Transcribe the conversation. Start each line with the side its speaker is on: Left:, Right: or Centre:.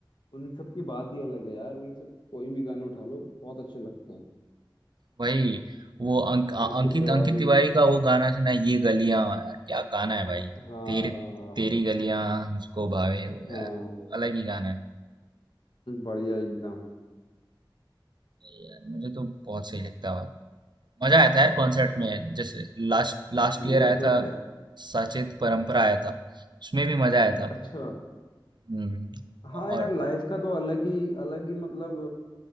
Left: उन सब की बात ही अलग है यार उनसे कोई भी गाने उठा लो बहुत अच्छे लगते हैं
Right: भाई वो अंक, अ-
Left: अंकित
Right: अंकित
Left: तिवारी
Right: अंकित तिवारी का वो गाना सुना है ये गलियां यार क्या गाना है भाई
Left: हाँ
Right: तेरी तेरी गलियां मुझको भावे वो
Left: हाँ
Right: यार अलग ही गाना है
Left: बढ़िया एकदम
Right: यार मुझे तो बहुत सही लगता है और मजा आया था यार कॉन्सर्ट में
Left: ओ,
Right: जैसे लास्ट लास्ट ईयर
Left: ये
Right: आया
Left: तो
Right: था
Left: है
Right: सचेत परंपरा आया था उसमें भी मजा आया था
Left: अच्छा
Right: हम्म,
Left: हाँ
Right: और
Left: यार लाइफ का तो अलग ही अलग ही मतलब